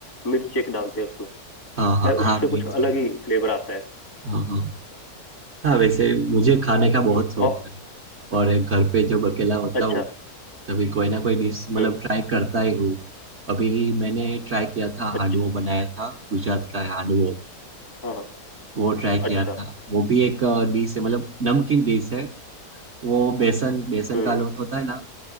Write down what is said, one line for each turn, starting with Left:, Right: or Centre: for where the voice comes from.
Left: मिर्च एक डालते हैं उसमें
Right: हाँ हाँ
Left: भाई
Right: हाँ
Left: उससे
Right: मिर्च
Left: कुछ अलग
Right: है
Left: ही फ्लेवर आता है
Right: हाँ हाँ हाँ वैसे मुझे खाने का बहुत
Left: हम्म,
Right: शौक
Left: और
Right: है और घर पे जब अकेला होता
Left: अच्छा
Right: हूँ तभी कोई ना कोई डिश मतलब
Left: हम्म
Right: ट्राई करता ही हूँ अभी मैंने ट्राई किया था
Left: अच्छा
Right: हांडवो बनाया था गुजरात का है हांडवो
Left: हाँ हाँ
Right: वो ट्राई किया
Left: अच्छा
Right: था वो भी एक डिश है मतलब नमकीन डिश है वो बेसन बेसन
Left: हम्म
Right: का लोट होता है ना